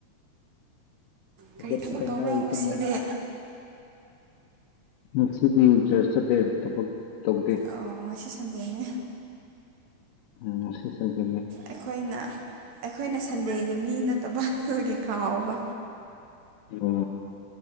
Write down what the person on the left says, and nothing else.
ꯍꯧꯒꯠꯄꯗ
ꯉꯥꯏꯔꯤ
ꯇꯨꯝꯃꯒ ꯉꯁꯤꯗꯤ ꯆꯔꯁ ꯆꯠꯂꯦ ꯊꯕꯛ ꯇꯧꯗꯦ
ꯎꯝ ꯉꯁꯤ ꯁꯟꯗꯦꯅꯦ
ꯑꯣ